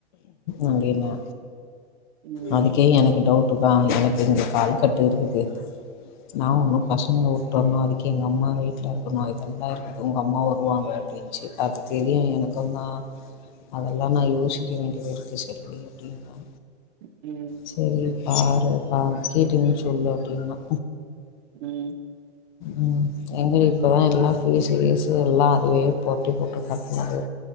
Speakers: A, on the left (about 45°); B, on the right (about 50°).
A: அங்கின
B: ம்
A: அதுக்கே எனக்கு டவுட்டு தா எனக்கு இங்க கால் கட்டு இருக்குது நா ஒண்ணு பசங்கள வுட்டு வர்ணு அதுக்கு எங்க அம்மா வீட்டுல இருக்கணு இதெல்லா இருக்குது உங்க அம்மா வருவாங்க அது அது தெரியு எனக்குந்தா அதெல்லா நா யோசிக்க வேண்டியது இருக்கு செல்வி அப்டின்ன
B: ம் ம்
A: செரி பாரு பா கேட்டேன்னு சொல்லு அப்டின்னா
B: ம் <unintelligible> <inaudible>
A: ம் எங்கடி இப்பதா எல்லா ஃபீஸ்ஸு கீஸ்ஸு எல்லா அதுவே போட்டு போட்டு கட்னது